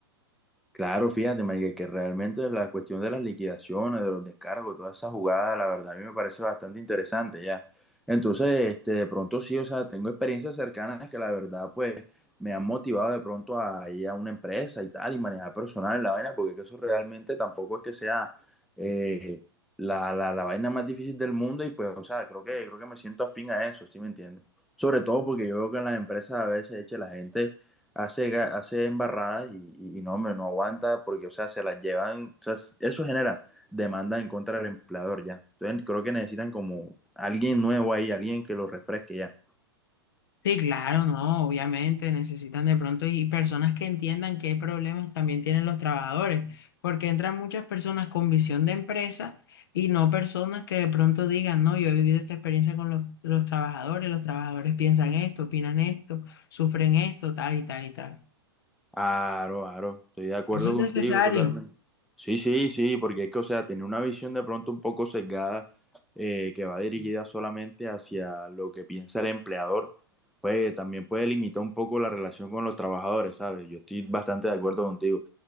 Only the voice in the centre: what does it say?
Claro, fíjate, Marica, que realmente la cuestión de las liquidaciones, de los descargos, toda esa jugada, la verdad, a mí me parece bastante interesante ya. Entonces, este, de pronto sí, o sea, tengo experiencias cercanas que la verdad, pues, me han motivado de pronto a ir a una empresa y tal, y manejar personal la vaina, porque que eso realmente tampoco es que sea eh, la, la, la vaina más difícil del mundo, y pues, o sea, creo que, creo que me siento afín a eso, ¿sí me entiendes? Sobre todo porque yo veo que en las empresas a veces, eche, la gente hace, hace embarradas y, y- y no, hombre, no aguanta porque, o sea, se las llevan, o sea, eso genera demanda en contra del empleador ya. Entonces creo que necesitan como alguien nuevo ahí, alguien que lo refresque ya.
Aro, aro, estoy de acuerdo
contigo
totalmente. Sí, sí, sí, porque es que, o sea, tiene una visión de pronto un poco sesgada eh, que va dirigida solamente hacia lo que piensa el empleador, pues también puede limitar un poco la relación con los trabajadores, ¿sabes? Yo estoy bastante de acuerdo contigo.